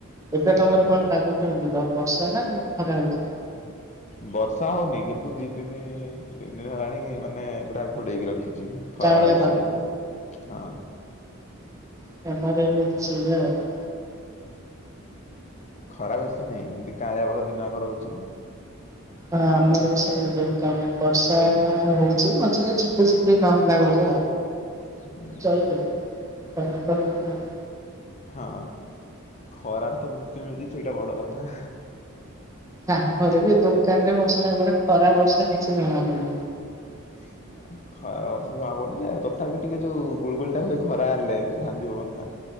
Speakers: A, on the right; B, on the left.
A: ଏବେ
B: ହଁ।
A: ତମର କଣ ପାଗ? କେମିତି ବର୍ଷା ନା ଏମିତି ଖରା ହଉଛି?
B: ବର୍ଷା ହଉନି କିନ୍ତୁ ଦି ଦିନ ତିନି ଦିନ ହେଲାଣି ମାନେ ପୁରା ଘୋଡେଇକି ରଖିଛି। ଖରା
A: କାଉଁଳିଆ
B: ବେଶି
A: ପାଗ।
B: ନାହିଁ ହଁ।
A: <unintelligible>
B: ଖରା ବେଶି ନାହିଁ, ଏମିତି କାଉଳିଆ ପାଗ ଦିନ ସାରା ରହୁଛି।
A: ହଁ ଆମର
B: ଚାଲିଛି
A: ବି ସେୟା
B: ତାର
A: ହୁଏ। ତାପରେ ବର୍ଷା ହଉଛି, ମଝିରେ ଝିପି ଝିପି ନ ହେଲା ଭଳିଆ।
B: ହୁଁ
A: ଚଳିବେ, ଖରା ତ ହଉନି ଆଉ।
B: ହଁ, ଖରା ରୁ ତ ମୁକ୍ତି ମିଳୁଛି ସେଇଟା ବଡ଼ କଥା।
A: ତାପରେ ବି ଦୋକାନ ରେ ବସିଲା ପରେ ଖରା ବର୍ଷା କିଛି ଜଣା ପଡୁନି।
B: <unintelligible> ଖରା ବର୍ଷା ଜଣା ପଡ଼ନି ଯେ, ତଥାପି ଟିକେ ଯୋଉ ଗୁଳୁଗୁଳି ଟା ହୁଏ, ଖରା ହେଲେ ଝାଞ୍ଜି ପବନଟା।